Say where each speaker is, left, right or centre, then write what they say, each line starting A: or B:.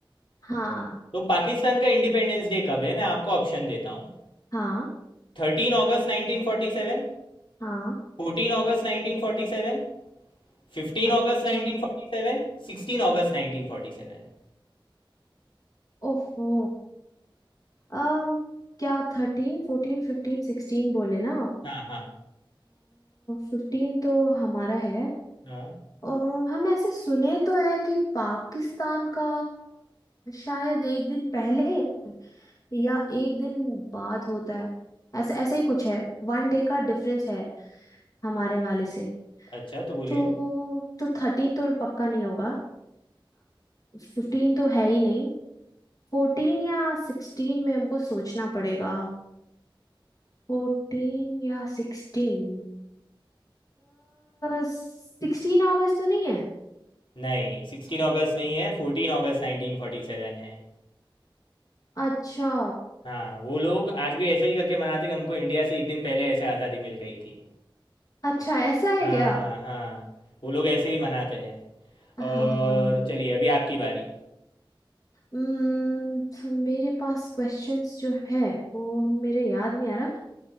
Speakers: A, on the left (about 40°); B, on the left (about 70°).
A: हाँ
B: तो पाकिस्तान का इंडिपेंडेंस डे कब है मैं आपको ऑप्शन देता हूँ
A: हाँ
B: थर्टीन अगस्त 1947
A: हाँ
B: 14 अगस्त 1947 15
A: अच्छा
B: अगस्त 1947 16 अगस्त 1947
A: ओफो अम क्या थर्टीन फोर्टीन फिफ्टीन सिक्सटीन बोले ना आप
B: हाँ हाँ
A: फिफ्टीन तो हमारा है
B: हाँ
A: अ, हम ऐसे सुने तो है कि पाकिस्तान का शायद एक दिन पहले या एक दिन बाद होता है ऐसा ऐसा ही कुछ है वन डे का डिफरेंस है हमारे वाले से
B: अच्छा तो बोलिए
A: तो तो थर्टीन तो पक्का नहीं होगा फिफ्टीन तो है ही नहीं फोर्टीन या सिक्सटीन में हमको सोचना पड़ेगा फोर्टीन या सिक्सटीन सिक्सटीन अगस्त तो नहीं है
B: नहीं सिक्सटीन अगस्त नहीं है फोर्टीन अगस्त 1947 है
A: अच्छा
B: हाँ वो लोग आज भी ऐसे ही करके मनाते कि हमको इंडिया से एक दिन पहले ऐसे आज़ादी मिल गई थी
A: अच्छा ऐसा है
B: हाँ
A: क्या
B: हाँ वो लोग ऐसे ही मनाते हैं
A: हाँ
B: और
A: हाँ हाँ
B: चलिए अभी आपकी बारी
A: हम्म, तो मेरे पास क्वेश्चंस जो है वो मेरे याद नहीं आ रहा